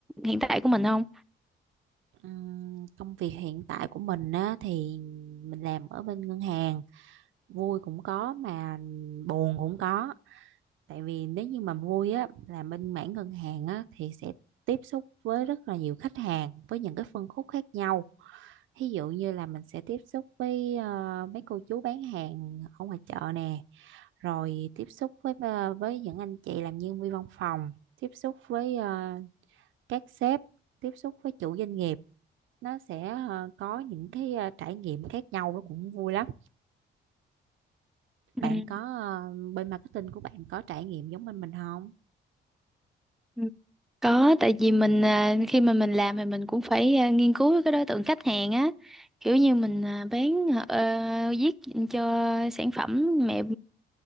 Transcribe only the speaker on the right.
Ừm, công việc hiện tại của mình á, thì mình làm ở bên ngân hàng, vui cũng có mà buồn cũng có. Tại vì nếu như mà vui á, là bên mảng ngân hàng á, thì sẽ tiếp xúc với rất là nhiều khách hàng với những cái phân khúc khác nhau. Ví dụ như là mình sẽ tiếp xúc với ờ, mấy cô chú bán hàng ở ngoài chợ nè, rồi tiếp xúc với ờ, với những anh chị làm nhân viên văn phòng, tiếp xúc với ờ, các sếp tiếp xúc với chủ doanh nghiệp nó sẽ ờ, có những cái ờ, trải nghiệm khác nhau nó cũng vui lắm bạn
có ờ, bên marketing của bạn có trải nghiệm giống bên mình không